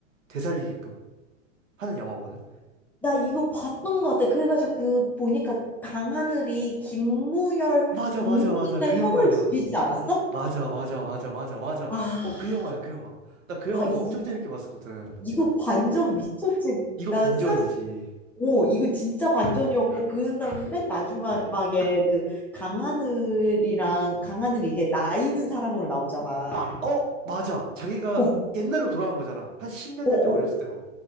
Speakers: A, on the right; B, in the centre.
A: 되살리게끔 하는 영화거든.
B: 나 이거 봤던 것 같아. 그래가지고 그 보니까 강하늘이 김무열
A: 맞아,
B: 동생이니까
A: 맞아, 맞아. 그
B: 형을
A: 영화야.
B: 죽이지 않았어?
A: 맞아, 맞아, 맞아, 맞아, 맞아.
B: 아,
A: 어, 그 영화야, 그 영화. 나 그 영화도
B: 아 이거
A: 엄청 재밌게 봤었거든.
B: 이거 반전 미쳤지.
A: 이거
B: 난
A: 반전이지.
B: 사실 오 이거 진짜 반전이었고 그다음 맨 마지막에 그 강하늘이랑 강하늘 이게 나이든 사람으로 나오잖아.
A: 마, 어, 맞아. 자기가
B: 어,
A: 옛날로 돌아간 거잖아. 한 십몇
B: 어,
A: 년
B: 어,
A: 전 어렸을 때로.